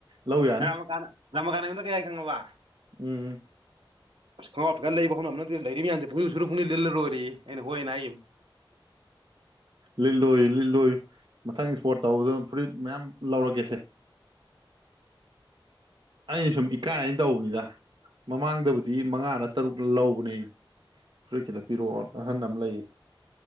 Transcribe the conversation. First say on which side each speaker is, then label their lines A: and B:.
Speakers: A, on the right (about 65°); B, on the right (about 80°).
A: ꯂꯧ ꯌꯥꯅꯤ
B: ꯔꯃ ꯀꯥꯟ ꯔꯃ ꯀꯥꯟꯅ ꯌꯗ ꯀꯩ ꯍꯥꯏ ꯈꯪꯉꯣꯕ
A: ꯎꯝ
B: ꯑꯁ ꯈꯪꯉꯞꯀꯔ ꯂꯩꯕ ꯍꯧꯅꯅ ꯂꯩꯔꯤ ꯃꯌꯥꯝꯁꯦ ꯄꯨ ꯁꯨꯔꯛꯅꯤ ꯂꯤꯜꯂꯔꯣꯏꯔꯦ ꯑꯩꯅ ꯍꯣꯏ ꯑꯅ ꯍꯥꯏꯌꯦ
A: ꯂꯤꯠꯂꯣꯏ ꯂꯤꯠꯂꯣꯏ ꯃꯊꯪ ꯏꯁꯄꯣꯔꯠ ꯇꯧꯕꯗ ꯐꯨꯔꯤꯠ ꯃꯌꯥꯝ ꯂꯧꯔꯛꯀꯦꯁꯦ ꯑꯩꯅ ꯁꯨꯝ ꯏꯀꯥꯏꯅ ꯇꯧꯕꯅꯤꯗ ꯃꯃꯥꯡꯗꯕꯨꯗꯤ ꯃꯉꯥꯗ ꯇꯔꯨꯛ ꯂꯧꯕꯅꯦ ꯑꯩꯅ ꯐꯨꯔꯤꯠ ꯈꯤꯇ ꯄꯤꯔꯛꯑꯣ ꯑꯍꯟ ꯑꯃ ꯂꯩꯌꯦ